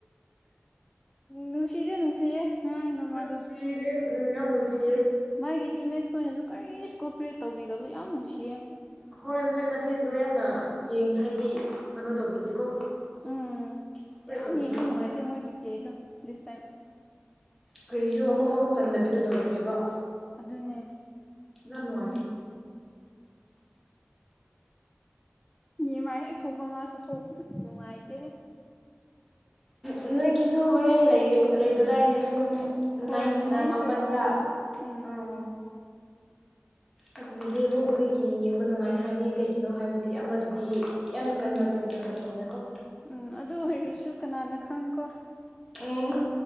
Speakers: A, on the left; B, in the centre.
A: ꯅꯨꯡꯁꯤꯌꯦ ꯅꯨꯡꯁꯤꯌꯦ ꯎꯝ ꯅꯃ
B: ꯅꯨꯡꯁꯤꯌꯦ
A: ꯑꯗꯨ
B: ꯌꯥꯝ
A: ꯎꯝ
B: ꯅꯨꯡꯁꯤꯌꯦ
A: <inaudible> ꯃꯥꯒꯤ ꯇꯤꯝꯃꯦꯠꯁ ꯈꯣꯏꯅꯁꯨ ꯀꯔꯤꯁꯨ ꯀꯣꯑꯣꯄꯔꯦꯠ ꯇꯧꯕꯤꯗꯕꯁꯨ ꯌꯥꯝ ꯅꯨꯡꯁꯤꯌꯦ
B: ꯍꯣꯏ ꯃꯣꯏ ꯃꯁꯦꯟꯗꯣ ꯌꯥꯝꯅ ꯌꯦꯡ ꯍꯥꯏꯗꯤ ꯀꯩꯅꯣ ꯇꯧꯕꯤꯗꯦꯀꯣ
A: ꯎꯝ
B: ꯀꯣꯄꯔꯦꯠ
A: ꯌꯥꯝ
B: ꯇꯧꯕꯤꯗꯦ
A: ꯌꯦꯡꯕ ꯅꯨꯡꯉꯥꯏꯇꯦ
B: ꯃꯣꯏꯅ
A: ꯃꯣꯏꯒꯤ ꯄ꯭ꯂꯦꯗꯣ ꯗꯤꯁ ꯇꯥꯏꯝ
B: ꯀꯔꯤꯖꯨ ꯑꯃꯐꯥꯎ ꯆꯟꯗꯕꯤꯗ ꯂꯣꯏꯈ꯭ꯔꯦꯕ
A: ꯑꯗꯨꯅꯦ
B: ꯌꯥꯝ ꯅꯨꯡꯉꯥꯏꯇꯦ
A: ꯅꯦꯃꯥꯔ ꯍꯦꯛ ꯊꯣꯛꯄ ꯃꯥꯁꯨ ꯊꯣꯛꯄ ꯎꯝ ꯅꯨꯡꯉꯥꯏꯇꯦꯍꯦ
B: ꯎꯝ ꯅꯣꯏꯒꯤꯁꯨ ꯍꯣꯔꯦꯟ ꯂꯩ ꯂꯩꯕꯗꯥꯏꯅꯦ ꯄꯨꯡ
A: ꯍꯣꯏ
B: ꯅꯏꯟ
A: ꯅꯥꯏꯟ
B: ꯑ ꯅꯄꯟꯗ
A: ꯊꯥꯔꯇꯤꯗ ꯎꯝ
B: ꯑꯪ ꯑꯗꯨꯗꯗꯤ ꯑꯃꯨꯛ ꯅꯣꯏꯒꯤ ꯌꯦꯡꯕ ꯅꯨꯡꯉꯥꯏꯈ꯭ꯔꯅꯤ ꯀꯩꯒꯤꯅꯣ ꯍꯥꯏꯕꯗꯤ ꯑꯃꯗꯨꯗꯤ ꯌꯥꯝꯅ ꯀꯟꯕ ꯇꯤꯝ ꯅꯠꯇꯕꯅꯤꯅꯀꯣ
A: ꯎꯝ ꯑꯗꯨ ꯑꯣꯏꯔꯁꯨ ꯀꯅꯥꯅ ꯈꯪꯀꯣ
B: ꯎꯝ